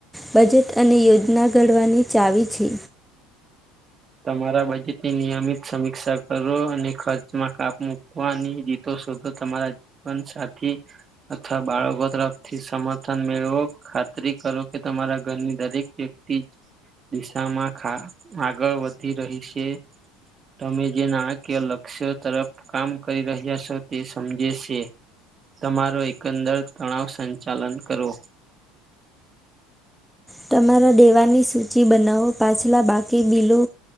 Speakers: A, in the centre; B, on the right (about 30°).
A: બજેટ અને યોજના ઘડવાની ચાવી છે
B: તમારા બજેટની નિયમિત સમીક્ષા કરો અને ખર્ચમાં કાપ મુૂકવાની રી તો શધો તમારા જીવનસાથી અથવા બાળકો તરફથી સમર્થન મેળવો ખાતરી કરો કે તમારા ઘરની દરેક વ્યક્તિ જ દિશામાં ખા આગળ વધી રહી છે તમે જે નાણાકીય લક્ષ્ય તરફ કામ કરી રહ્યા છો તે સમજે છે તમારો એકંદર તણાવ સંચાલન કરો
A: તમારા દેવાની સૂચિ બનાવો પાછલા બાકી બિલો